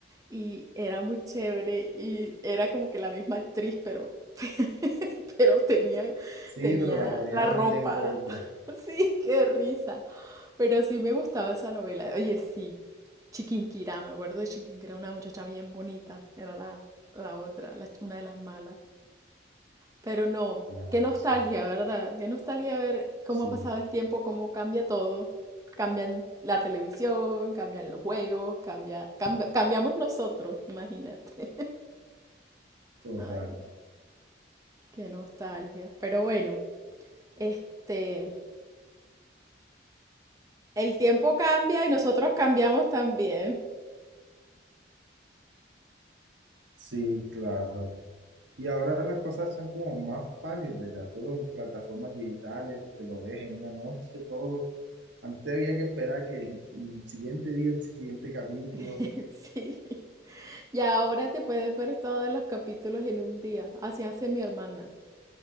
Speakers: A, on the right; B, on the right.
A: y era muy chévere y era como que la misma actriz, pero, <laughs> pero tenía,
B: Sí,
A: tenía
B: pero la ponían
A: la ropa.
B: bien gorda.
A: <laughs> Sí, qué risa. Pero sí me gustaba esa novela. Oye, sí, Chiquinquirá, me acuerdo de Chiquinquirá, una muchacha bien bonita, era la, la otra, la- una de las malas. Pero no,
B: Claro,
A: qué nostalgia,
B: sí.
A: ¿verdad? Qué nostalgia ver cómo
B: Sí,
A: ha pasado el tiempo, cómo cambia todo. Cambian la televisión, cambian los juegos, cambia, cambia- cambiamos nosotros, imagínate.
B: total.
A: <laughs> Ay, no, qué nostalgia. Pero bueno, este, el tiempo cambia y nosotros cambiamos también.
B: Sí, claro. Y ahora las cosas son como más fáciles, ¿verdad? Todo en plataformas digitales, te lo ves en una noche, todo. Antes había que esperar que el, el siguiente día, el siguiente capítulo,
A: <laughs> Sí. Y ahora te puedes ver todos los capítulos en un día. Así hace mi hermana.